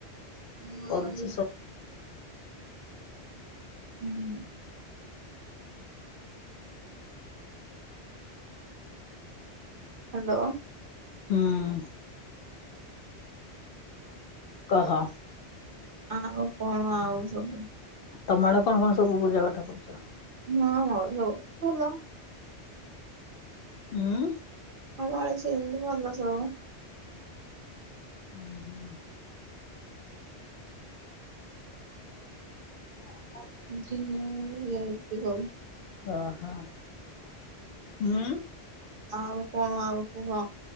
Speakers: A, on the right (about 55°); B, on the left (about 65°).
A: <inaudible>
B: କରୁଛି ସବୁ
A: ହୁଁ। ହ୍ୟାଲୋ।
B: ହୁଁ। କହ?
A: ଆଉ କଣ ଆଉ ସବୁ?
B: ତମଆଡେ କଣ କଣ ସବୁ ପୂଜା ପାଠ କରୁଚ?
A: ହଁ ହଁ ନୋଉ ଭଲ।
B: ହୁଁ।
A: ଆମ ଆଡ଼େ ସେମିତି ଭଲ ସବୁ।
B: ହୁଁ ହୁଁ। <unintelligible>
A: ଝିଅ ଇଅ ଅତି କମ୍।
B: ଓ ହଁ ହୁଁ।
A: ଆଉ କଣ ଆଉ କୁହ?